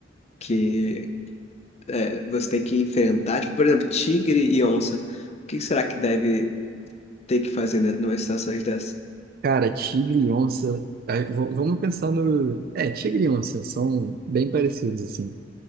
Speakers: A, on the left; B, on the right.
A: que é, você tem que enfrentar, tipo, por exemplo, tigre e onça. O que será que deve ter que fazer né, numa situação dessa?
B: Cara, tigre e onça. aí, v- vamos pensar no. É, tigre e onça são bem parecidos, assim.